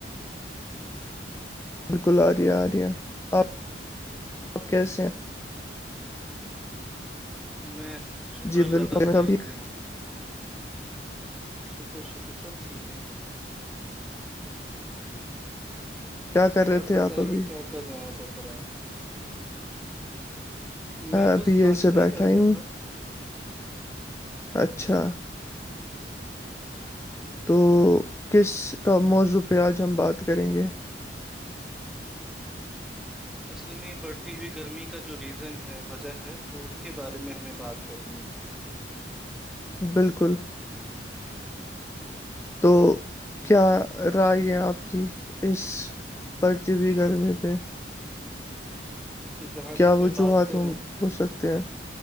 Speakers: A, on the left; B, in the centre.
A: بالکل عریہ آریہ آپ آپ کیسے ہیں
B: میں شکر
A: جی
B: اللہ
A: بالکل
B: کا
A: میں
B: خیریت
A: سب ٹھیک
B: سے ہوں شکر شکر سب ٹھیک ہے
A: کیا کر رہے
B: اور
A: تھے
B: بتائیں
A: آپ ابھی
B: کیا کر رہے ہیں آج اکل آپ میں
A: ابھی
B: بس ناشتہ
A: ایسے
B: ہی
A: بیٹھا
B: کر رہا
A: ہوں
B: تھا
A: اچھا تو کسٹ موضوع پہ آج ہم بات کریں گے
B: اصل میں بڑھتی ہوئی گرمی کا جو ریزن ہے وجہ ہے وہ کے بارے میں ہمیں بات کرنی
A: بالکل تو کیا رائے ہے آپ کی اس پرچی بھیئی گرمی پہ
B: دیکھیے جہاں
A: کیا
B: تک
A: وجوہات
B: میں بات کروں
A: ہوں ہو سکتے ہیں
B: جی جی